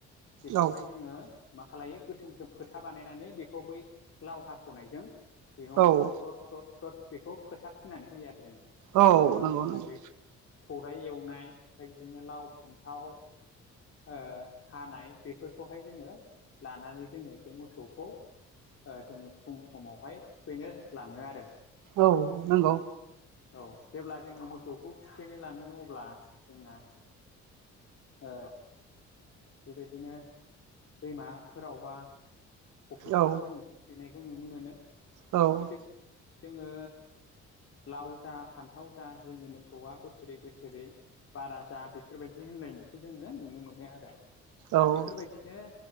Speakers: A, on the left (about 50°); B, on the right (about 80°).
A: बेखौहाय
B: औ
A: जोङो मा खालायो गोसोम गोसोम फोथा बानायनानै बेखौ बै लाव हास'नायजों बेयाव
B: औ
A: थर थर थर बेखौ फोथा फुननानै होयो आरो जोङो
B: औ
A: बिनि उनाव
B: नंगौ
A: जों
B: नंगौ
A: बे सौराय एवनाय ओमफ्राय बिदिनो लाव फान्थाव ओ हानाय बेफोरखौहाय जोङो लानानै जोङो बे मोसौखौ ओ जोङो फुं समावहाय थुखैनो लाङो आरो।
B: औ नंगौ
A: औ जेब्ला जोङो मोसौखौ थुखैनो लाङो अब्ला जोंना ओ बेबायदिनो दैमाफोरावबा फुख्रिफोराव
B: औ
A: जोङो थुखैनायखौ नुनो मोनो।
B: औ
A: थिग जोङो लाव जा फान्थाव जा जोंनि मोसौआ बोसोरै बोसोरै बारा जा बेफोरबायदि होनलायनायखौ जोङो नुनो मोनो आरो। दा
B: औ
A: बेफोरबायदिनो